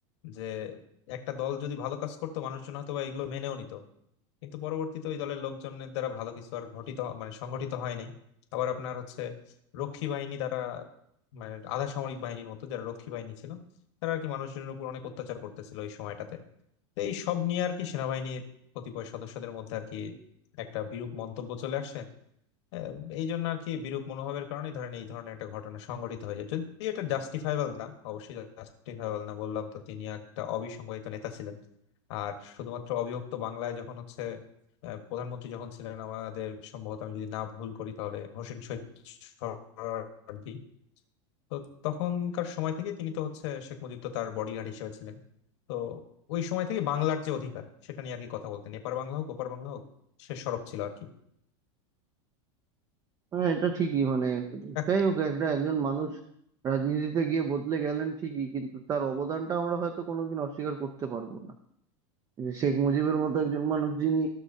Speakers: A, on the left (about 65°); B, on the right (about 20°).
A: যে একটা দল যদি ভালো কাজ করতো মানুষজন হয়তো বা এগুলো মেনেও নিত কিন্তু পরবর্তীতে ওই দলের লোকজনের দ্বারা ভালো কিছু আর ঘটিত মানে সংগঠিত হয় নাই আবার আপনার হচ্ছে রক্ষী বাহিনী দ্বারা মানে আধা সামরিক বাহিনীর মতো যারা রক্ষী বাহিনী ছিল তারা আর কি মানুষজনের উপর অনেক অত্যাচার করতেছিল ওই সময়টাতে তো এই সব নিয়ে আর কি সেনাবাহিনীর কতিপয় সদস্যদের মধ্যে আর কি একটা বিরূপ মন্তব্য চলে আসে আহ, এই জন্য আর কি বিরূপ মনোভাবের কারণে ধরেন এই ধরনের একটা ঘটনা সংঘটিত হয়ে যায় যদি এটা জাস্টিফাইবল না অবশ্যই জাস্টিফাইবল না বললাম তো তিনি একটা অবিসংবাদিত নেতা ছিলেন আর শুধুমাত্র অবিভক্ত বাংলায় যখন হচ্ছে আহ, প্রধানমন্ত্রী যখন ছিলেন আমাদের সম্ভবত আমি যদি না ভুল করি তাহলে হোসেন শহীদ সোহরাওয়ার্দী তো তখনকার সময় থেকে তিনি তো হচ্ছে শেখ মুজিব তো তার বডিগার্ড হিসেবে ছিলেন তো ওই সময় থেকে বাংলার যে অধিকার সেটা নিয়ে আর কি কথা বলতেন এপার বাংলা হোক ওপার বাংলা হোক সে সরব ছিল আর কি
B: হ্যাঁ এটা ঠিকই মানে যাই
A: তো
B: হোক একটা একজন মানুষ রাজনীতিতে গিয়ে বদলে গেলেন ঠিকই কিন্তু তার অবদানটা আমরা হয়তো কোনোদিন অস্বীকার করতে পারবো না যে শেখ মুজিবের মতো একজন মানুষ যিনি